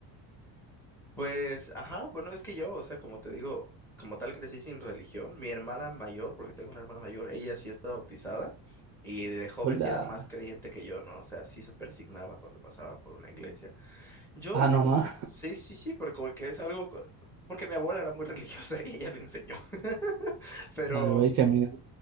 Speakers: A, in the centre; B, on the right.
A: Pues, ajá, bueno, es que yo, o sea, como te digo, como tal crecí sin religión. Mi hermana mayor, porque tengo una hermana mayor, ella sí está bautizada y de joven
B: Hola.
A: sí era más creyente que yo, ¿no? O sea, sí se persignaba cuando pasaba por una iglesia Yo,
B: Ah, no
A: pues,
B: más.
A: sí, sí, sí, porque, porque es algo, co- porque mi abuela era muy <laughs> religiosa y ella le enseñó. <laughs> Pero,
B: Ay, güey, qué miedo.